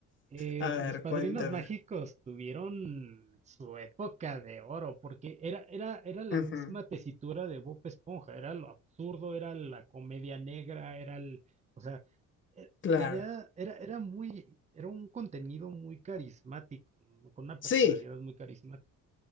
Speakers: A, on the right; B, on the left.
A: Eh,
B: A ver,
A: los Padrinos
B: cuéntame.
A: Mágicos tuvieron su época de oro, porque era, era, era la
B: Ujú,
A: misma tesitura de Bob Esponja, era lo absurdo, era la comedia negra, era el, o sea, eh,
B: Claro.
A: tenía, era, era muy, era un contenido muy carismático, con una personalidad
B: Sí,
A: muy carismática.